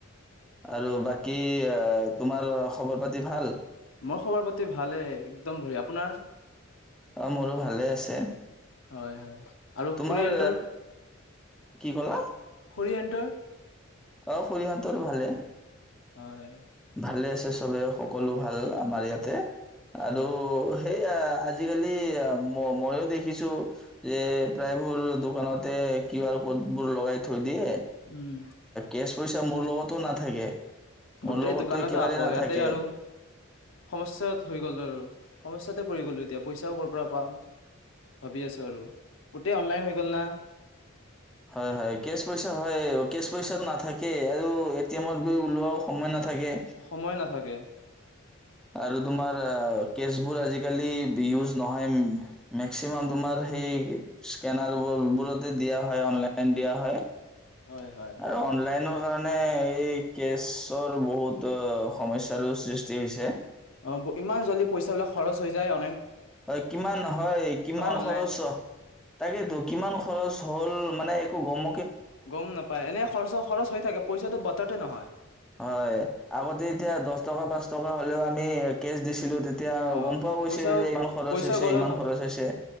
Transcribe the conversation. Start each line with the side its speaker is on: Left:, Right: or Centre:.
Centre: আৰু বাকী- কি আ? তোমাৰ খবৰ পাতি ভাল?
Left: মই খবৰ পাতি ভালে একদম বঢ়িয়া। আপোনাৰ?
Centre: অ', মোৰো ভালে আছে।
Left: হয় হয় আৰু
Centre: তোমাৰ,
Left: খুৰীয়েন্তৰ
Centre: কি ক'লা?
Left: খুৰীয়েন্তৰ
Centre: অ' খুড়ীহঁতৰো ভালেই।
Left: হয়।
Centre: ভালে আছে। চবে সকলো ভাল আমাৰ ইয়াত। তে আৰু
Left: হয়
Centre: সেই আজিকালি ম মইও দেখিছো যে প্ৰায়বোৰ দোকানতে কিউ আৰ ক'ড বোৰ লগাই থৈ দিয়ে
Left: উম
Centre: কেছ পইচা মোৰ লগতো নাথাকে
Left: গোটেই
Centre: মোৰ লগতো
Left: দুখ দোকানতে
Centre: একেবাৰে
Left: আকৌ
Centre: নাথাকে
Left: ইয়াতে আৰু সমস্যা হৈ গ'ল আৰু সমস্যাতে পৰি গলো এতিয়া পইচাও কৰ পৰা পাম, ভাবি আছো আৰু গোটেই অনলাইন হৈ গল না
Centre: হয় হয় কেচ পইচা হয় কেচ পইচা নাথাকে আৰু এ টি এমত গৈ ওলোৱাও সময় নাথাকে ছাগে,
Left: সময় নাথাকে
Centre: আৰু তোমাৰ কেচবোৰ আজিকালি ইউজ নহয় মেক্সিমাম তোমাৰ সেই স্কেনাৰ বোৰতে দিয়া হয় অনলাইন দিয়া হয়।
Left: হয় হয়
Centre: আৰু অনলাইন, কাৰণে এই কেছৰ বহুত সমস্যা, <unintelligible> সৃষ্টি হৈছে,
Left: অ ইমান জল্দি পইচা বিলাক খৰচ হৈ যায় অ
Centre: হয় কিমান হয় কিমান
Left: অনলাইন
Centre: খৰচ তাকেইেতো কিমান খৰচ হ'ল মানে। গম!
Left: গম নাপায় এনে খৰচ খৰচ হৈ থাকে পইচাটো <unintelligible> নহয়
Centre: হয় আগতে এতিয়া দহ টকা পাঁচ টকা হ'লেও আমি কেছ দিছিলো তেতিয়া
Left: অ
Centre: গম পোৱা গৈছিল
Left: পইচাও
Centre: যে ইমান খৰচ
Left: পইচা
Centre: হৈছে
Left: গল
Centre: ইমান খৰচ হৈছে